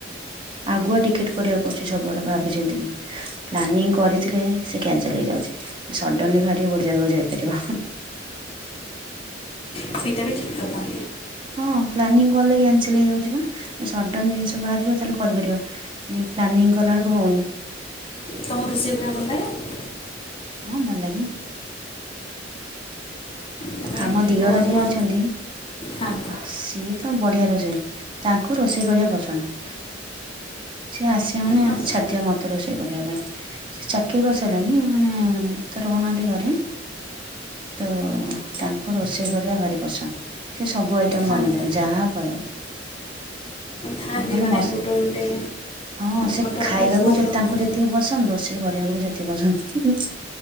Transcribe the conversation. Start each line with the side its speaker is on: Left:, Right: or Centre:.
Right: ଆଗୁଆ ଟିକେଟ୍ କରିବାକୁ ପଡ଼ୁଛି ସବୁଆଡ଼େ ଭାବିଛିନ୍ତି କି। ପ୍ଲାନିଂ କରିଥିଲେ ସେ କ୍ୟାନସଲ୍ ହେଇଯାଉଛି, ଏ ସଡ୍ନଲି ବାହାରିବ ଗୋଟେ ଜାଗାକୁ ଯାଇପାରିବ ହୁଁ,।
Left: ସେଇଟା ବି ଠିକ୍ କଥା।
Right: ହଁ ପ୍ଲାନିଂ କଲେ କ୍ୟାନସଲ୍ ହେଇଯାଉଛି ପା, ଏ ସଡନ୍ ଜିନିଷ ବାହାରିବ ତାହେଲେ କରିପାରିବ। ଏ ପ୍ଲାନିଂ କଲା ବେଳକୁ ହଉନି।
Left: ତୋମକୁ ରୋଷେଇ କରିବାକୁ ଭଲ ଲାଗେ?
Right: ହଁ ଭଲ ଲାଗେ।
Left: ତମେ
Right: ଆମ ଦିଅର
Left: ନୂଆ ନୂଆ
Right: ଯିଏ ଅଛନ୍ତି
Left: ହଁ
Right: ଓଃ, ସିଏ ତ ବଢିଆ ରୋଷେଇ, ତାଙ୍କୁ ରୋଷେଇ କରିଆ ପସନ୍ଦ। ସିଏ ଆସିବେ ମାନେ
Left: ନ
Right: ଛାଡଦିଅ ମୋତେ ରୋଷେଇ କରିବା ପାଇଁ। ସିଏ ଚାକିରି କରିସାଇଲାଣି ମାନେ ତ ରହୁନାହାନ୍ତି ଘରେ, ତ ତାଙ୍କୁ ରୋଷେଇ କରିବା ଭାରି ପସନ୍ଦ, ସେ ସବୁ ଆଇଟମ
Left: ଥାନ୍ତି
Right: ବନେଇଦେବେ ଯାହା କହିବ।
Left: ଥାନ୍ତି
Right: ତୋମେ ଖାଲି
Left: ମାନେ
Right: ମସ,
Left: ଗୋଟେ ଗୋଟେ
Right: ହଁ ସେ
Left: ଗୋଟେ ଗୋଟେ
Right: ଖାଇବାକୁ
Left: ପୁଅ
Right: ଯେ
Left: ଲୋକ
Right: ତାଙ୍କୁ ଯେ ତିକି ପସନ୍ଦ ରୋଷେଇ କରିଆକୁ ବି ସେତିକି ପସନ୍ଦ।